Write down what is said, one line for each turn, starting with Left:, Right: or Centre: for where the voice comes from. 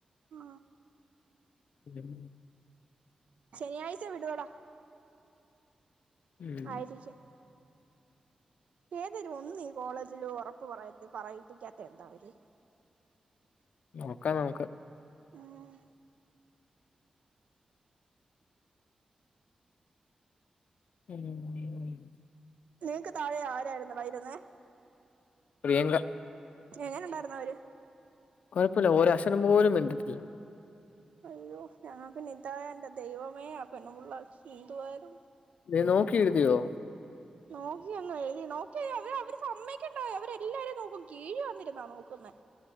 Right: ആ
Left: ഉം.
Right: ശെനിയാഴ്ച വിടുവെടാ
Left: ഉം.
Right: ആയിരിക്കും ഏതേലും ഒന്ന് ഈ കോളേജില് ഒറപ്പ് പറയിത് പറയിപ്പിക്കാത്തയെന്താ അവര്
Left: നോക്കാം നമുക്ക്
Right: ഉം
Left: <inaudible>
Right: നിങ്ക്ക് താഴെ ആരാരുന്നെടാ ഇരുന്നെ
Left: പ്രിയങ്ക
Right: എങ്ങനുണ്ടാരുന്നവര്
Left: കൊഴപ്പല്ല ഒരഷരം പോലും മിണ്ടീട്ടില്ല
Right: അയ്യോ ഞാനപ്പനിതായാ എൻ്റെ ദൈവമേ ആ പെണ്ണുമ്പിള്ള എന്തുവാരുന്ന്
Left: നീ നോക്കി എഴുതിയോ
Right: നോക്കിയൊന്നും എഴുതി നോക്കി എഴുതാൻ അവര് അവര് സമ്മേകണ്ടായോ അവര് എല്ലാരേം നോക്കും കീഴി വന്നിരുന്നാ നോക്കുന്നേ